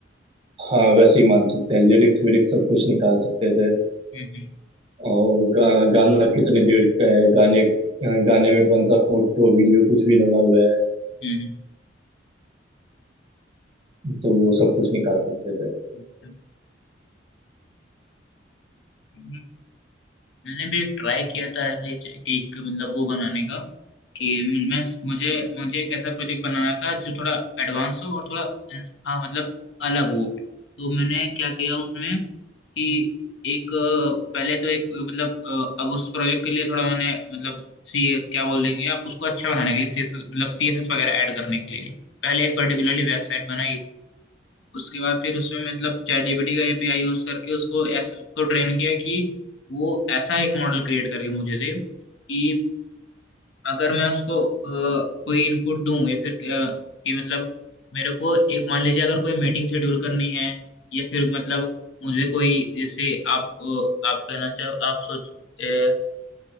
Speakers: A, on the right (about 30°); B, on the left (about 80°).
A: हाँ वैसे ही मान सकते हैं लिरिक्स विरिक्स सब कुछ निकाल सकते थे
B: हम्म
A: और गा, गाना कितने देर का है गाने गाने में कौन सा फोटो वीडियो कुछ भी लगा हुआ है
B: हम्म हम्म,
A: तो वो सब कुछ निकाल सकते थे
B: हम्म। हम्म, हम्म। मैंने भी एक ट्राई किया था ऐसे ही केक के मतलब वो बनाने का कि मैं मुझे मुझे एक ऐसा प्रोजेक्ट बनाना था जो थोड़ा एडवांस हो और थोड़ा हाँ मतलब अलग हो तो मैंने क्या किया उसमें कि एक अ, पहले तो एक मतलब अ, अब उस प्रोजेक्ट के लिए थोड़ा मैंने मतलब सी क्या बोल देंगे आप उसको अच्छा बनाने के लिए सी एस मतलब सी एस एस वगैरह ऐड करने के लिए पहले एक पर्टिकुलरली वेबसाइट बनाई उसके बाद फिर उसमें मतलब चैट जीपीटी का एपीआई यूज करके उसको ऐस, उसको ट्रेन किया कि वो ऐसा एक मॉडल क्रिएट करके मुझे दे कि अगर मैं उसको अ, कोई इनपुट दूं या फिर अ, कि मतलब मेरे को एक मान लीजिए अगर कोई मीटिंग शेड्यूल करनी है या फिर मतलब मुझे कोई जैसे आप अ, आप कहना चाहो आप सोच अ,